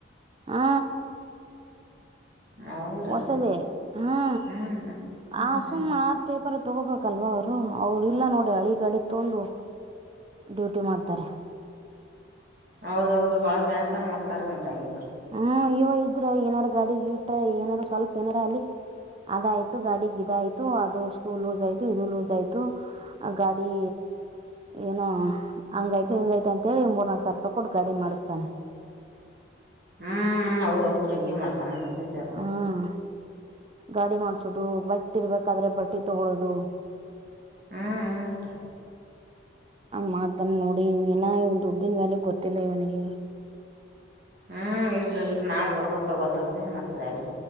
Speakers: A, on the right; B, on the right.
A: ಹಾ
B: ಹೌದ್ರಿ
A: ಹೊಸದೇ ಹಾ
B: ಹ್ಮ್ ಹ್ಮ್
A: ಆ ಸುಮ್ಮ್
B: ಹ್ಮ್
A: ಆಪರು ತಗೋಬೇಕಲ್ವಾ ಅವ್ರು ಅವರು ಇಲ್ಲ ನೋಡಿ ಹಳಿ ಗಾಡಿ ತೊಂದು ಡ್ಯೂಟಿ ಮಾಡ್ತಾರೆ
B: ಹೌದೌದು ಬಾಳ ಜಣತನ ಮಾಡ್ತಾರೆ ಮತ್ತೆ ಹಂಗಿದ್ರು
A: ಹ್ಮ ಇವ ಇದ್ರ ಏನಾರ ಗಾಡಿ ಗೀಟ್ರ ಏನಾರ ಸ್ವಲ್ಪ ಏನಾರ ಅಲ್ಲಿ ಅದಯ್ತು ಗಾಡಿಗೆ ಇದಯ್ತು ಅದು ಸ್ಕೂಲ್ ಲೂಸ್ ಆಯ್ು ಇದು ಲೂಸ್ ಆಯ್ತು ಗಾಡಿ ಏನು ಹಂಗಯ್ತು ಹಿಂಗಯ್ತ ಅಂತೇಳಿ ಮೂರ್ನಾಲ್ಕ ಸರ್ ಹಕಟ್ಟು ಗಾಡಿ ಮಾಡಿಸ್ತಾನೆ
B: ಹ್ಮ್ ಹೌದೌದ್ರಿ ಹಿಂಗೆ ಮಾಡ್ತಾನ ನಮತನ್ ಜಾಸ್ತಿ
A: ಹ್ಮ ಗಾಡಿ ಮಾಡ್ಸೋದು ಬಟ್ಟಿ ಇರ್ಬೇಕಾದ್ರೆ ಬಟ್ಟೆ ತಗೊಳ್ಳೋದು
B: ಹ್ಮ್
A: ಹಂಗ ಮಾಡ್ತಾನ ನೋಡಿ ಏನ ದುಡ್ಡನ್ ವ್ಯಾಲಯಗ್ ಗೊತ್ತಿಲ್ಲ ಇವನಿಗೆ
B: ಹ್ಮ್ ಇಲ್ ಇಲ್ರಿ ನಾಳೆ ಬರ್ಬಾರ ತಗೋತದ ಏನ್ ಮಾಡ್ತದೆ ಯಾರಿ